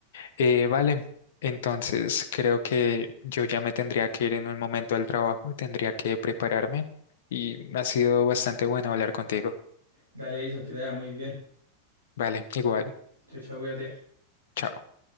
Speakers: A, on the left (about 55°); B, on the right (about 85°).
A: Eh, vale, entonces creo que yo ya me tendría que ir en un momento al trabajo, tendría que prepararme y ha sido bastante bueno hablar contigo.
B: Dale, Edison, que te vaya muy bien.
A: Vale, igual,
B: Chao, chao, cuídate.
A: chao.